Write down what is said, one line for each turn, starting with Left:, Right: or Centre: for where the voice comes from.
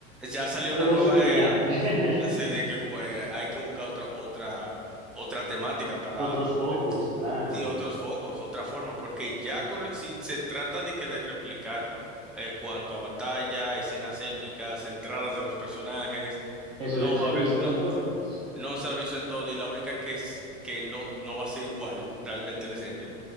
Centre: Ya salió
Right: ¿cómo
Centre: una nueva
Right: superar?
Centre: era,
Right: <laughs>
Centre: entonces, eh, que como eh, hay que buscar otra otra otra temática para
Right: Otros focos, claro.
Centre: y otros focos, otra forma, porque ya con- re- si se trata de que de replicar eh, cuanto a batalla, escenas épicas, entradas de los personajes,
Right: Eso
Centre: no
Right: ya se
Centre: va
Right: ha
Centre: a
Right: visto
Centre: haber- no
Right: en todas.
Centre: no se ha visto en todo y la única que es, que no no va a ser igual realmente la esencia